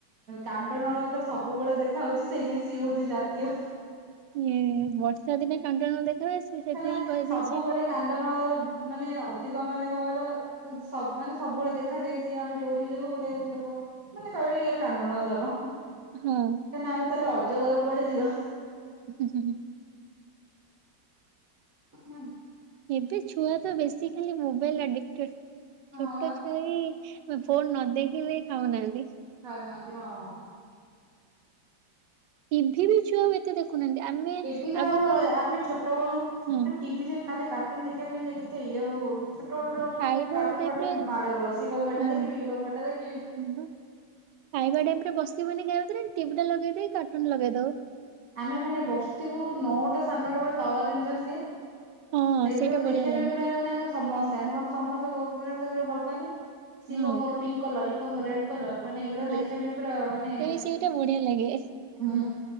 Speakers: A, on the right; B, on the right.
A: କାଣ୍ଡନଳ ଟା ସବୁବେଳେ ଦେଖା ହଉଛି ସେଇ ନାଗି ସେ ହଉଛି ଜାତୀୟ।
B: ଏଁ ବର୍ଷା ଦିନେ କାଣ୍ଡ ନଳ ଦେଖା ହୁଏ ସେ ସେଥିପାଇଁ
A: ହେଲା
B: କହିଦେଇଛି।
A: ସବୁବେଳେ କାଣ୍ଡ ନଳ ର ମାନେ ଅଧିକ ମାନେ କଅଁ କହିଲ। ସ ମାନେ ସବୁବେଳେ ଦେଖାଯ ଯାଇ ସିଏ ଆମେ ଯୋଉଠି ବି ଦେଖୁ ଗୋଟେ ଲୋକ ମାନେ କହିବେ ଇଆରେ କାଣ୍ଡନଳ ସାପ ହଁ ହ।
B: ହୁଁ।
A: ତାନେ ଆଉ ଅଜଗର କୁଆଡେ ଯିବା।
B: ହୁଁ ହୁଁ ହୁଁ।
A: ହୁ ହୁ।
B: ଏବେ ଛୁଆ ତ ବେଶୀ ଖାଲି ମୋବାଇଲ ଆଡିଟେଡ୍‌
A: ହଁ
B: ଛୋଟ
A: ବା
B: ଛୁଆ ବି ଫୋନ ନ ଦେଖିଲେ ଖାଉନାହାନ୍ତି
A: ଖାଉନାହାନ୍ତି ହଁ।
B: ଟିଭି ବି ଛୁଆ ଆଉ ଏତ୍‌ ସେ ଦେଖୁନାହାନ୍ତି ଆମେ
A: ଟିଭିରେ
B: ଆଗରୁ
A: ଆଉ ଆମେ ଛୋଟ ବେଳୁ
B: ହୁଁ
A: ଟିଭିରେ କାଲି କାର୍ଟୁନ ଦେଖିବା ପାଇଁ କେତେ ଇଏ ହୋଉ। ଛୋଟବେଳର ମାନେ
B: ଖାଇବା
A: ଯୋଉ କାଟୁନ
B: ଟାଇମ
A: ଫାଟୁନ୍‌
B: ରେ
A: ମାଡ ଗୋଳ ସିଏ କଇବ ମୁଁ ଏଟା
B: ହଁ
A: ଦେଖିବଇଏ କଇବ ମୁଁଏଟା ଦେଖି ବି।
B: ହଁ ବା ଖାଇବା ଟାଇମ ରେ ବସ୍ଥି ବନେଇ ଯାଉଚୁନା ଟିଭି ଟ। ଲଗେଇ ଦେଇ କାର୍ଟୁନ ଲଗେଇ ଦଉ।
A: ଆମେ ମାନେ ବସିଥିବୁ ନଅଟା ସାଢ଼େ ନଅଟା ବେଳେ ପାୱାର ରେଞ୍ଜସ ଦିଏ।
B: ହଁ
A: ସେଇଗୁରାକୁ
B: ସେଇଟା
A: ଦେଖିବା
B: ବଢିଆ ଲାଗେ
A: ପାଇଁ ପ୍ରୁରାୟ ମାନେ ଆମେ ସମସ୍ତେ ଆମ ଘରେ ସମସ୍ତେ ସେଗୁରା ଭଲ ପାଆନ୍ତି। ସିଏ
B: ହଁ
A: କଇବ ମୋର ପିଙ୍କ୍ କଲର ଇ କଇବ ମୋର ରେଡ୍‌ କଲର ମାନେ ଏଇଗୁଡା
B: ହଁ।
A: ଦେଖିବା ପାଇଁ ପୁରା ମାନେ
B: ମତେ ବି ସେଇଟା ବଢିଆ ଲାଗେ।
A: ହୁଁ